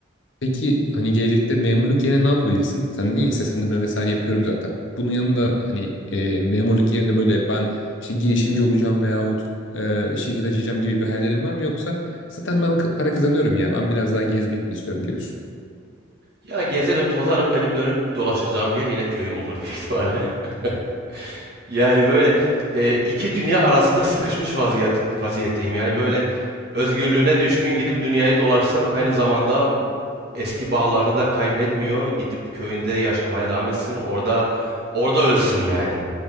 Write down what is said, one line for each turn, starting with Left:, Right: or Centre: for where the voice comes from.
Left: Peki hani gelecekte memurluk yerine ne yapabilirsin? Sen dedin ya seslendirme vesaire yapıyorum zaten. Bunun yanında hani e, memurluk yerine böyle ben işte girişimci olacağım veyahut e, şirket açacağım gibi bir hayallerin var mı? Yoksa zaten ben kı- para kazanıyorum ya ben biraz daha gezmek mi istiyorum diyorsun.
Right: Ya gezerim tozarım benim dönüp dolaşacağım yer yine köyüm olur büyük ihtimalle. <laughs> Yani böyle e, iki dünya arasında sıkışmış vaziyet, vaziyetteyim. Yani böyle
Left: <laughs>
Right: özgürlüğüne düşkün gidip dünyayı dolaşsın. Aynı zamanda eski bağlarını da kaybetmiyor. Gidip köyünde yaşamaya devam etsin. Orada orada ölsün yani.